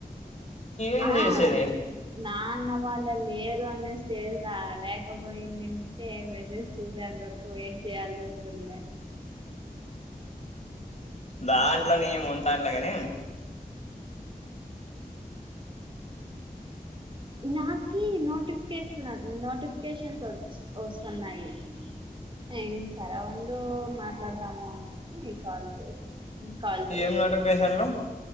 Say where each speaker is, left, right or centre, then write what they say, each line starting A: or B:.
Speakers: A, on the left; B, on the right.
A: ఏం
B: ఆహ్
A: చేసేది
B: నా అన్న వాళ్ళే లేరు అనేస్తేసా లేకపోయిందంటే వేదు చూదాం దొర్కావ్ ఏం చేయాలి ఉంటుందే
A: దాంట్లోనే ఏమి ఉంటానే గానీ
B: నాకే నోటిఫికేషన్ అది నోటిఫికేషన్స్ వద్ ఓస్తున్నాయి ఏం సరా ఉండో మాట్లాడతాము అనేసి కాల్ జేయ్ ఉహ్మ్ కాల్ జెస్తద్
A: ఏం నోటిఫికేషన్లు